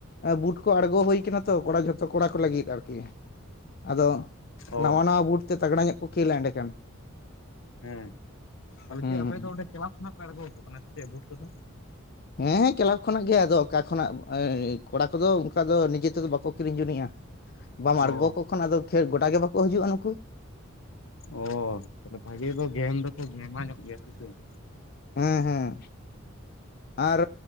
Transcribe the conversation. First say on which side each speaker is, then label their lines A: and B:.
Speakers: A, on the left; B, on the left.
A: ᱵᱩᱴ ᱠᱚ ᱟᱬᱜᱳ ᱦᱩᱭ ᱠᱚᱱᱟ ᱛᱚ ᱠᱚᱲᱟ ᱡᱷᱚᱛᱚ ᱠᱚᱲᱟ ᱠᱚ ᱞᱟᱹᱜᱤᱱ ᱟᱨᱠᱤ᱾ ᱟᱫᱚ
B: ᱚ
A: ᱱᱟᱣᱟ ᱱᱟᱣᱟ ᱵᱩᱴ ᱛᱮ ᱛᱟᱜᱽᱲᱟ ᱧᱚᱜ ᱠᱚ ᱠᱷᱮᱞᱟ ᱮᱸᱰᱮᱠᱷᱟᱱ᱾
B: ᱦᱮᱸ, ᱛᱟᱦᱚᱞᱮ
A: ᱦᱩᱸ
B: ᱪᱮᱫ ᱟᱯᱮ
A: ᱦᱩᱸ
B: ᱫᱚ ᱚᱸᱰᱮ ᱠᱮᱞᱟ ᱠᱷᱱᱟᱜ ᱯᱮ ᱟᱬᱳᱣᱟ ᱠᱚ ᱠᱟᱱᱟ ᱥᱮ ᱪᱮᱫ ᱵᱩᱴ ᱠᱚᱫᱚ?
A: ᱦᱮᱸ ᱦᱮᱸ, ᱠᱮᱞᱟᱵ ᱠᱷᱚᱱᱟᱜ ᱜᱮ ᱟᱫᱚ ᱚᱠᱟ ᱠᱷᱚᱱᱟᱜ ᱠᱚᱲᱟ ᱠᱚᱫᱚ ᱚᱱᱠᱟ ᱫᱚ ᱱᱤᱡᱮ ᱛᱮᱫᱚ ᱵᱟᱠᱚ ᱠᱤᱨᱤᱧ ᱡᱩᱱᱤᱜᱼᱟ᱾ ᱵᱟᱢ ᱟᱬᱜᱳᱣᱟ
B: ᱚ
A: ᱠᱚ ᱠᱷᱟᱱ ᱟᱫᱚ ᱠᱷᱮ ᱜᱚᱰᱟ ᱜᱮ ᱵᱟᱠᱚ ᱦᱤᱡᱩᱜ-ᱟ ᱱᱩᱠᱩ᱾
B: ᱚ ᱛᱚᱵᱮ ᱵᱷᱟᱜᱮ ᱫᱚ ᱜᱮᱝ ᱫᱚᱠᱚ ᱜᱷᱮᱢᱟ ᱧᱚᱜ ᱜᱮᱭᱟ ᱥᱮ ᱪᱮᱫ?
A: ᱦᱮᱸ ᱦᱮᱸ᱾ ᱟᱨ